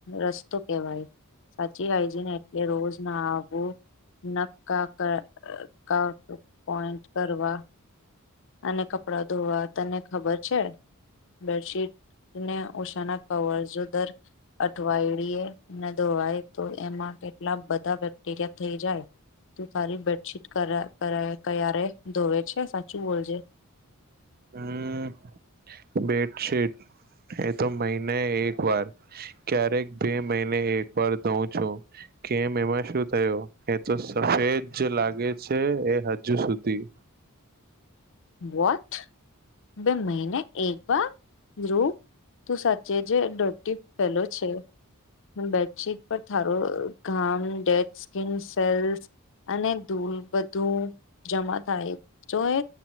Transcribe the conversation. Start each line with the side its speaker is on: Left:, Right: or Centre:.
Left: રસ્તો કહેવાય સાચી હાઈજીન એટલે રોજ નાહવુ નકા કા પોઈન્ટ કરવા અને કપડા ધોવા તને ખબર છે બેડશીટ ને ઓછાના કવર જો દર અઠવાડીએ ન ધોવાય તો એમાં કેટલા બધા બેક્ટેરિયા થઈ જાય. તું ખાલી બેડશીટ કરે કરે ક્યારે ધોવે છે સાચું બોલજે
Right: હમ બેડશીટ એ તો મહિને એક વાર ક્યારેક બે મહિને એક વાર ધોવ છું. કેમ એમાં શું થયો એ તો સફેદ લાગે છે એ હજુ સુધી
Left: વોટ બે મહિને એકવાર ધ્રુવ તું સાચે જ ડોટી પેલો છે. બેડશીટ પર થારો ઘામ ડેડ સ્કીન સેલ્સ અને ધૂલ બધું જમા થાય તોએ